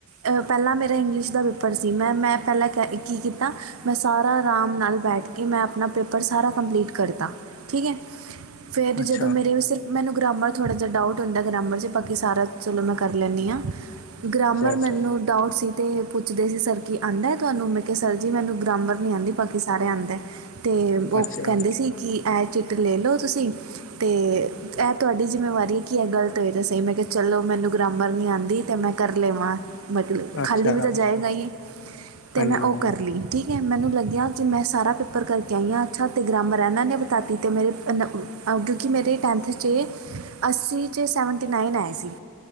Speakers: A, on the right; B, on the left.
A: ਪਹਿਲਾਂ ਮੇਰਾ ਇੰਗਲਿਸ਼ ਦਾ ਪੇਪਰ ਸੀ ਮੈਂ ਮੈਂ ਪਹਿਲਾਂ ਕ ਕੀ ਕੀਤਾ ਮੈਂ ਸਾਰਾ ਆਰਾਮ ਨਾਲ ਬੈਠ ਕੇ ਮੈਂ ਆਪਣਾ ਪੇਪਰ ਸਾਰਾ ਕੰਪਲੀਟ ਕਰਤਾ ਠੀਕ ਹੈ। ਫਿਰ
B: ਅੱਛਾ
A: ਜਦੋਂ ਮੇਰੇ ਸਿਰਫ ਮੈਨੂੰ ਗ੍ਰਾਮਰ ਥੋੜ੍ਹਾ ਜਿਹਾ ਡਾਊਟ ਹੁੰਦਾ ਗ੍ਰਾਮਰ ਚ ਬਾਕੀ ਸਾਰਾ ਚਲੋ ਮੈਂ ਕਰ ਲੈਂਣੀ ਹਾਂ। ਗ੍ਰਾਮਰ
B: ਅੱਛਾ ਅੱਛਾ
A: ਮੈਨੂੰ ਡਾਊਟ ਸੀ ਤੇ ਪੁੱਛਦੇ ਸੀ ਸਰ ਕੀ ਆਦਾ ਹੈ ਤੁਹਾਨੂੰ ਮੈਂ ਕਿਹਾ ਸਰ ਜੀ ਮੈਨੂੰ ਗਰਾਮਰ ਨਹੀਂ ਆਉਂਦੀ ਬਾਕੀ ਸਾਰੇ ਆਉਂਦੇ ਅਤੇ ਉਹ
B: ਅੱਛਾ
A: ਕਹਿੰਦੇ ਸੀ ਕਿ ਇਹ ਚਿੱਟ ਲੈ ਲਓ ਤੁਸੀਂ ਤੇ ਇਹ ਤੁਹਾਡੀ ਜ਼ਿੰਮੇਵਾਰੀ ਹੈ ਕੀ ਇਹ ਗਲਤ ਹੋਏ ਤਾਂ ਸਹੀ ਮੈਂ ਕਿਹਾ ਚਲੋ ਮੈਨੂੰ ਗਰਾਮਰ ਨਹੀਂ ਆਉਂਦੀ ਤੇ ਮੈਂ ਕਰ ਲੈਵਾਂ ਮਤਲਬ
B: ਅੱਛਾ ਅੱਛਾ
A: ਖਾਲੀ ਵੀ ਤਾਂ ਜਾਏਗਾ ਹੀ ਤੇ
B: ਹਾਂਜੀ
A: ਮੈਂ
B: ਹਾਂਜੀ
A: ਉਹ ਕਰ ਲਈ। ਠੀਕ ਹੈ ਮੈਨੂੰ ਲੱਗਿਆ ਕਿ ਮੈਂ ਸਾਰਾ ਪੇਪਰ ਕਰਕੇ ਆਈ ਹਾਂ ਅੱਛਾ ਤੇ ਗ੍ਰਾਮਰ ਹੈ ਇਹਨਾਂ ਨੇ ਬਤਾਤੀ ਤੇ ਮੇਰੇ ਕਿਉਂਕਿ ਮੇਰੇ ਟੈਂਨਥ ਚ ਅੱਸੀ ਚ ਸੈਵਨਟੀ ਨਾਈਨ ਆਏ ਸੀ।